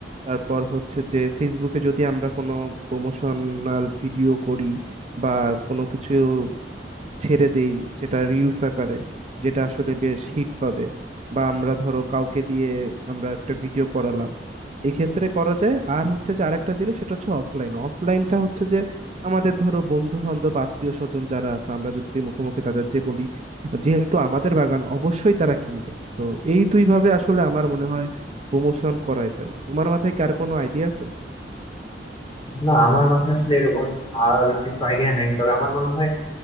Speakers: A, on the right; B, on the left.
A: তারপর হচ্ছে যে ফেসবুকে যদি আমরা কোনো প্রমোশনাল ভিডিও করি বা কোনো কিছু ছেড়ে দেই যেটা রিলস আকারে যেটা আসলে বেশ হিট পাবে বা আমরা ধরো কাউকে দিয়ে আমরা একটা ভিডিও করালাম এক্ষেত্রে করা যায় আর হচ্ছে যে আরেকটা জিনিস সেটা হচ্ছে অফলাইন অফলাইনটা হচ্ছে যে আমাদের ধরো বন্ধু বান্ধব আত্মীয় স্বজন যারা আছে আমরা যদি মুখে মুখে তাদের যে বলি যেহেতু আমাদের বাগান অবশ্যই তারা কিনবে তো এই দুই ভাবে আসলে আমার মনে হয় প্রমোশন করাই যায় তোমার মাথায় কার কোনো আইডিয়া আছে
B: না আমার মাথায় আসলে এরকম আর কিছু আইডিয়া নাই তবে আমার মনে হয়